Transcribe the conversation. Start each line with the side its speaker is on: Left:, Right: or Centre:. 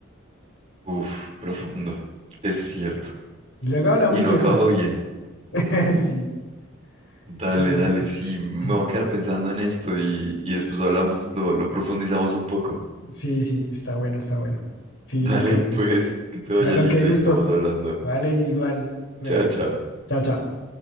Right: Uf, profundo, es cierto.
Left: Luego hablamos
Right: Y no
Left: de
Right: acaba
Left: eso.
Right: bien.
Left: <laughs> Sí,
Right: Dale,
Left: sí,
Right: dale,
Left: Nico.
Right: sí, me
Left: <clears throat>
Right: voy a quedar pensando en esto y, y después hablamos, lo, lo profundizamos un poco.
Left: Sí, sí, está bueno, está bueno. Sí,
Right: <laughs> Dale,
Left: Nico. Bueno,
Right: pues, que te vaya
Left: bueno,
Right: lindo
Left: qué gusto.
Right: y estamos hablando.
Left: Vale, igual. Bueno,
Right: Chao, chao.
Left: chao, chao.